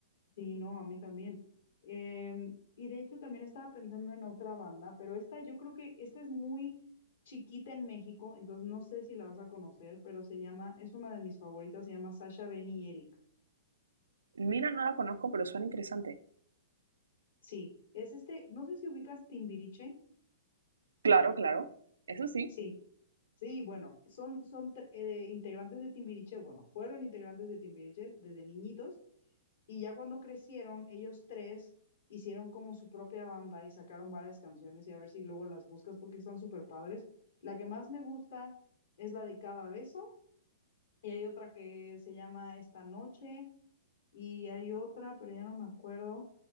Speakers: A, on the left (about 70°); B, on the right (about 75°).
A: Sí, no, a mí también. Em, y de hecho también estaba pensando en otra banda, pero esta yo creo que esta es muy chiquita en México, entonces no sé si la vas a conocer, pero se llama, es una de mis favoritas, se llama Sasha, Benny y Eric.
B: Mira, no la conozco, pero suena interesante.
A: Sí, es este, no sé si ubicas Timbiriche.
B: Claro, claro, eso sí.
A: Sí, sí, bueno, son, son tre- eh, integrantes de Timbiriche, bueno, fueron integrantes de Timbiriche desde niñitos Y ya cuando crecieron, ellos tres hicieron como su propia banda y sacaron varias canciones y a ver si luego las buscas porque están súper padres. La que más me gusta es la de Cada Beso y hay otra que se llama Esta Noche y hay otra, pero ya no me acuerdo